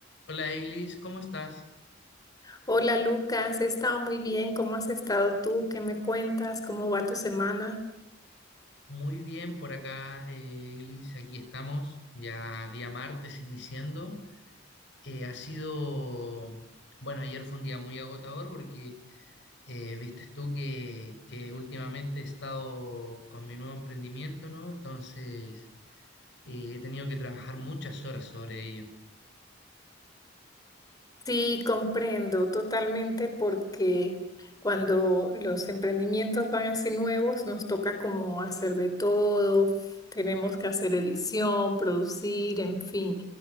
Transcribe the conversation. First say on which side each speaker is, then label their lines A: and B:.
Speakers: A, on the left; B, on the left.
A: Hola Eglis, ¿cómo estás?
B: Hola Lucas, he estado muy bien. ¿Cómo has estado tú? ¿Qué me cuentas? ¿Cómo va tu semana?
A: Muy bien por acá, eh, Eglis. Aquí estamos, ya día martes iniciando. Eh, ha sido, bueno, ayer fue un día muy agotador porque eh, viste tú que, que últimamente he estado con mi nuevo emprendimiento, ¿no? Entonces eh, he tenido que trabajar muchas horas sobre ello.
B: Sí, comprendo totalmente porque cuando los emprendimientos van así nuevos, nos toca como hacer de todo, tenemos que hacer edición, producir, en fin.